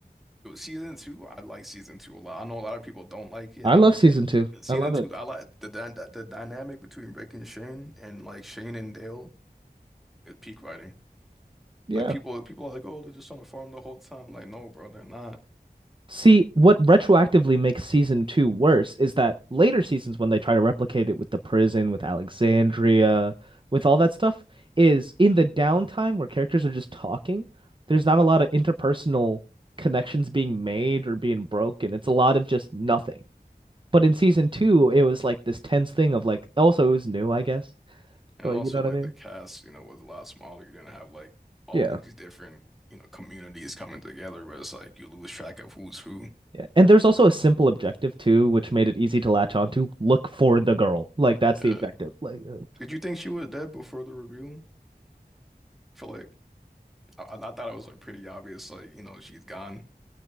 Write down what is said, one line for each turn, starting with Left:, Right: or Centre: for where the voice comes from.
Centre: yo, season two. I like season two a lot. I know a lot of people don't like it.
Right: I
Centre: I
Right: love
Centre: don't
Right: season
Centre: get it.
Right: two.
Centre: Season
Right: I love
Centre: two,
Right: it.
Centre: I like the dy- the, the dynamic between Rick and Shane and like Shane and Dale is peak writing.
Right: Yeah.
Centre: Like people, people are like, oh, they're just on a farm the whole time. Like, no, bro, they're not.
Right: See, what retroactively makes season two worse is that later seasons, when they try to replicate it with the prison, with Alexandria, with all that stuff, is in the downtime where characters are just talking, there's not a lot of interpersonal connections being made or being broken. It's a lot of just nothing. But in season two, it was like this tense thing of like, also, it was new, I guess.
Centre: And
Right: Like,
Centre: also
Right: you know what
Centre: like
Right: I mean?
Centre: the cast, you know, was a lot smaller. You're gonna have like all
Right: Yeah.
Centre: these different, you know, communities coming together, but it's like you lose track of who's who.
Right: Yeah. And there's also a simple objective too, which made it easy to latch onto. Look for the girl. Like that's the
Centre: Yeah.
Right: objective. Like uh,
Centre: Did you think she was dead before the reveal? I feel like I, I I thought it was like pretty obvious, like, you know, she's gone.